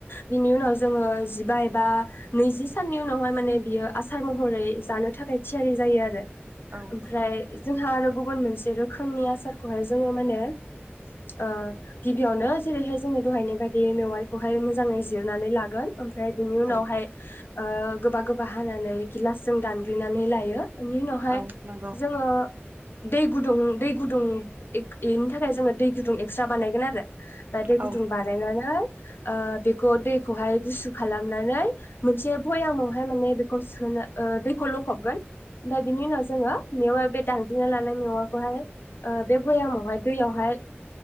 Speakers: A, on the left (about 55°); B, on the right (about 45°).
A: बिनि उनाव जोंङो जिबा एबा नैजि साननि उनावहाय माने बियो आसार महरै जानो थाखाय थियारि जायो आरो।
B: औ
A: ओमफ्राय
B: नंगौ
A: जोंहा आरो गुबुन मोनसे रोख खोमनि आसारखौहाय जोंङो माने ओ गिबियावनो जेरै हाय जोंङो दहायनि बाय बे मेवाइखौहाय मोजांङै जिरनानै लागोन ओमफ्राय बिनि उनावहाय
B: औ
A: ओ गोबा गोबा हानानै गिलासजों दानग्लिनानै लायो। ओनि उनावहाय
B: औ नंगौ
A: जोंङो दै गुदुं दै गुदुं इग इनि थाखाय जोंङो दै गुदुं एक्सट्रा बानायगोन आरो। दा दै गुदुं
B: औ
A: बानायनानै ओ बेखौ दैखौहाय गुसु खालामनानै मोनसे भयामावहाय माने बेखौ सोनो ओ दैखौ लखबगोन ओमफ्राय बिनि उनाव जोंङो मेवा बे दांनग्लिना लानाय मेवाय खौहाय ओ बे भयामावहाय दैयावहाय